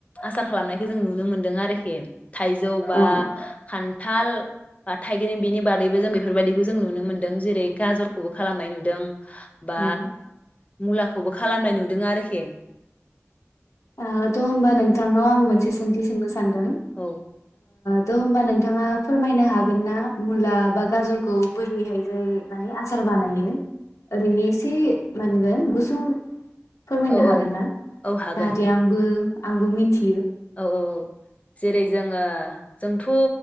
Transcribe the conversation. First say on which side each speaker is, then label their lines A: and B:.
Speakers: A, on the left; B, on the left.
A: आसार खालामनायखौ जों नुनो मोनदों आरोखि थाइजौ बा
B: औ
A: खान थाल बा थाइगिर बेनि बादैबो जों बेफोरबायाददिखौ जों नुनो मोन्दों जेरै गाजरखौबो खालामनाय नुदों
B: औ
A: बा मुलाखौबो खालामनाय नुदों आरोखि
B: आ थ' होमबा नोंथांनाव आं मोनसे सोंथि सोंनो स सानदों
A: औ
B: थ' होमबा नोंथाङा फोरमायनो हागोन ना मुला बा गाजरखौ बोरैहाय जे माने आसार बानायो ओरैनो एसे माहोनगोन गुसुं फोरमायनो
A: औ
B: हागोन
A: औ
B: ना
A: औ हागोन
B: जाहाथे आंबो आंबो मिथि
A: औ औ जेरै जोङो जोंथ'